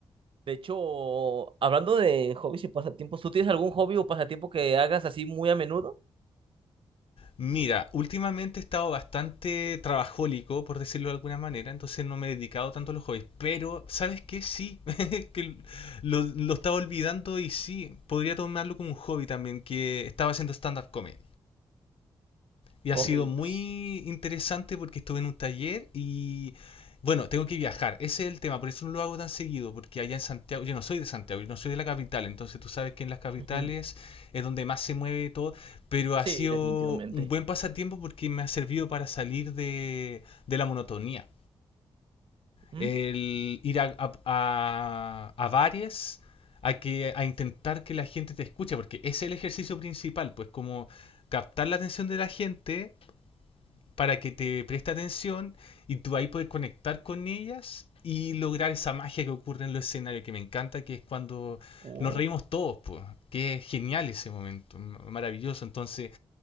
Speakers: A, on the right; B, on the left.
A: De hecho, hablando de hobbies y pasatiempos, ¿tú tienes algún hobby o pasatiempo que hagas así muy a menudo?
B: Mira, últimamente he estado bastante trabajólico, por decirlo de alguna manera, entonces no me he dedicado tanto a los hobbies, pero ¿sabes qué? Sí, <laughs> que lo, lo estaba olvidando y sí, podría tomarlo como un hobby también, que estaba haciendo stand-up comedy. Y
A: Cómics.
B: ha sido muy interesante porque estuve en un taller y bueno, tengo que viajar. Ese es el tema, por eso no lo hago tan seguido, porque allá en Santiago, yo no soy de Santiago, yo no soy de la capital, entonces tú sabes que en las capitales
A: Ujú.
B: es donde más se mueve todo, pero
A: Sí,
B: ha sido
A: definitivamente.
B: un buen pasatiempo porque me ha servido para salir de, de la monotonía.
A: Mm,
B: El ir a, a, a- a bares, a, que, a intentar que la gente te escuche, porque ese es el ejercicio principal, pues como captar la atención de la gente para que te preste atención y tú ahí puedes conectar con ellas y lograr esa magia que ocurre en los escenarios, que me encanta, que es cuando
A: uh,
B: nos reímos todos, pues, que es genial ese momento, maravilloso. Entonces